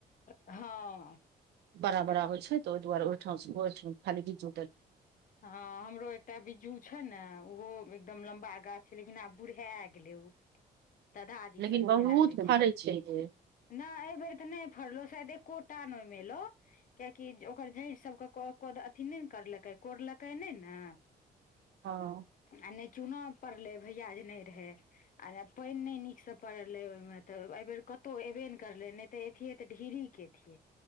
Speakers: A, on the left; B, on the right.
A: हँ
B: बराबर होइ छै तऽ ओ दुआर ओहिठाम खाली बीज
A: हँ हमरो एकटा बिज्जू छै ने ओहो एकदम लम्बा गाछ छै लेकिन आब बूढ़ा गेलै ओ ददा जी
B: लेकिन
A: सनके
B: बहुत
A: लागै
B: फड़ै छै जे
A: नहि एहि बेर तऽ नहि फड़लौ शायद एको टा न ओहिमे एलौ किएकि ओकर जड़ सभके कोनो अथि नहि करलकै, कोड़लकै नहि ने
B: हँ
A: आ नहि चूना पड़लै भैया जे नहि रहै आ पानि नहि नीकसँ पड़ल रहै ओहिमे तऽ एहि बेर कतहु एबे नहि करलै नहि तऽ ई तऽ ढेरे के